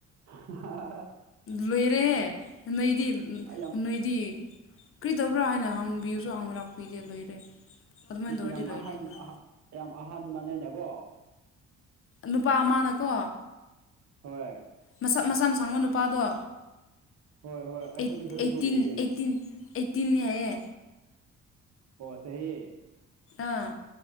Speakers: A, on the right; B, on the left.
A: ꯍꯥꯍꯥ
B: ꯂꯣꯏꯔꯦ ꯅꯣꯏꯗꯤ
A: ꯌꯥꯝ
B: ꯅꯣꯏꯗꯤ ꯀꯔꯤꯗꯧꯕ꯭ꯔꯥ ꯍꯥꯏꯅ ꯍꯪꯕꯤꯕꯁꯨ ꯍꯪꯕꯤꯔꯛꯄꯤꯇꯦ ꯂꯣꯏꯔꯦ ꯑꯗꯨꯃꯥꯏꯅ ꯇꯧꯔꯗꯤ
A: ꯌꯥꯝ
B: ꯂꯣꯏꯔꯦ
A: ꯑꯍꯟ
B: ꯑꯗꯨꯅ
A: ꯌꯥꯝ ꯑꯍꯟꯕꯅꯦꯅꯦꯀꯣ
B: ꯅꯨꯄꯥ ꯑꯃꯅꯀꯣ
A: ꯍꯣꯏ
B: ꯃꯁꯝ ꯃꯁꯝ ꯁꯥꯡꯕ ꯅꯨꯄꯥꯗꯣ
A: ꯍꯣꯏ ꯍꯣꯏ ꯑꯩꯈꯣꯏꯗꯤ
B: ꯑꯩꯠ
A: ꯐꯖꯅꯁꯨ
B: ꯑꯩꯠꯇꯤꯟ
A: ꯎꯗꯦꯅꯦ
B: ꯑꯩꯠꯇꯤꯟꯅꯤ ꯍꯥꯏꯌꯦ
A: ꯑꯣ ꯆꯍꯤ
B: ꯑꯥ